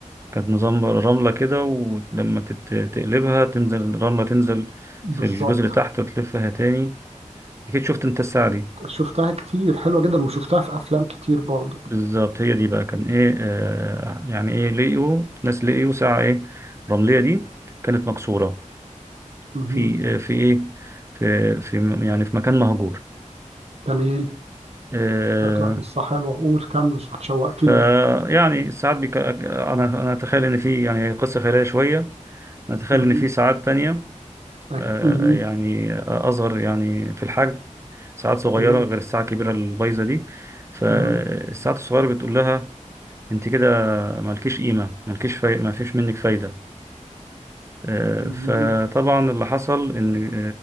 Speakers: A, on the right; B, on the right.
A: كانت نظام رملة كده ولما تت- تقلبها تنزل الرملة تنزل
B: بالظبط
A: في الجزء اللي تحت وتلفها تاني أكيد شفت أنت الساعة دي
B: شفتها كتير حلوة جدا وشفتها في أفلام كتير برضه
A: بالظبط هي دي بقى كان ايه آه يعني ايه لقيوا ناس لقيوا ساعة ايه رملية دي كانت مكسورة
B: مهم.
A: في آه في ايه في في يعني في مكان مهجور
B: تمام
A: آه
B: شكلها قصة حلوة قول كمل شوقتني
A: فيعني ساعات بيك انا انا اتخيل ان في يعني قصة خيالية شوية انا اتخيل
B: مهم.
A: ان في ساعات تانية
B: أك...
A: آه
B: مهم.
A: يعني اصغر يعني في الحجم ساعات صغيرة
B: تمام
A: غير الساعة الكبيرة البايظة دي فالساعات
B: مهم.
A: الصغيرة بتقول لها انت كده مالكيش قيمة مالكيش فاي... ما فيش منك فايدة آه،
B: مهم.
A: فطبعا اللي حصل ان